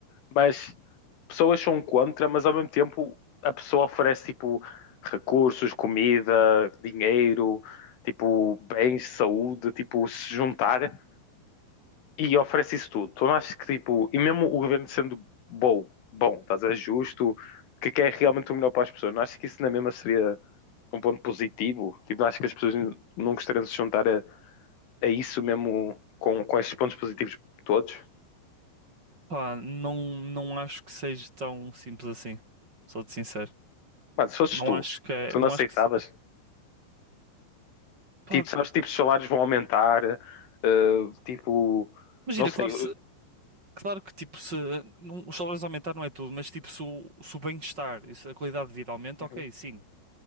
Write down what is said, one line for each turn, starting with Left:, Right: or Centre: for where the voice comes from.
Left: mas pessoas são contra, mas ao mesmo tempo a pessoa oferece tipo recursos, comida, dinheiro, tipo bens, saúde, tipo se juntar e oferece isso tudo. Tu não achas que tipo, e mesmo o governo sendo bom, bom, estás a ver, justo, que quer realmente o melhor para as pessoas, não achas que isso na mesma seria um ponto positivo? Tipo, não achas que as pessoas não gostariam de se juntar a, a isso mesmo com, com estes pontos positivos todos?
Right: Pá, não, não acho que seja tão simples assim. Sou-te sincero.
Left: Mas se fosses
Right: Não
Left: tu,
Right: acho que é,
Left: tu
Right: não
Left: não aceitavas?
Right: acho que, se- pá,
Left: Tipo, sabes, tipo, os salários vão aumentar, eh, tipo,
Right: imagina,
Left: não sei.
Right: claro,
Left: eu-
Right: se, claro que, tipo, se não- os salários aumentar não é tudo, mas, tipo, se o, se o bem-estar e se a qualidade de vida aumenta,
Left: Uhum,
Right: ok, sim.